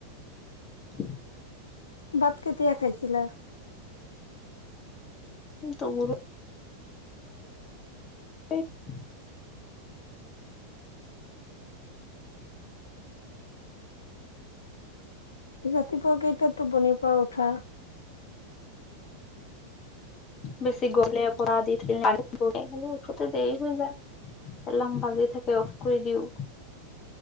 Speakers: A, on the left; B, on the left.
A: <inaudible>
B: ভাত কেতিয়া খাইছিলা
A: টো গৰু <unintelligible>
B: <unintelligible> তিপা কেইটা টো বনি পাওঁ ঠা
A: বেছি গলে পৰা <unintelligible> উঠোঁতে দেৰি হৈ যায় এলাম বাজি থাকে অফ কৰি দিও